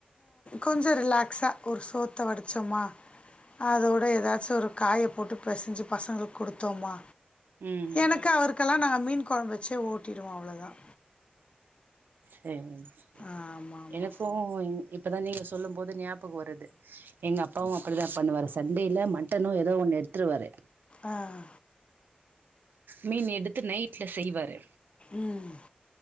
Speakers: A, on the left; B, on the right.
A: கொஞ்சம் ரிலாக்ஸா ஒரு சோத்த வடித்தோமா அதோட ஏதாச்சும் ஒரு காய போட்டு பசைஞ்சு பசங்களுக்கு கொடுத்தோமா
B: ம்
A: எனக்கு அவரு துக்கெல்லாம் நாங்க மீன் குழம்ப வச்சே ஓட்டிடுவோம் அவ்வளோதான்
B: சரி சரி
A: ஆமாமா.
B: எனக்கும் இப்பதான் நீங்க சொல்லும் போது ஞாபகம் வருது எங்க அப்பாவும் அப்படித்தான் பண்ணுவாரு சண்டேயில மட்டனும் ஏதோ ஒன்னு எடுத்துருவாறு
A: ஆஹ்
B: மீன் எடுத்து நைட்ல செய்வாரு
A: உம்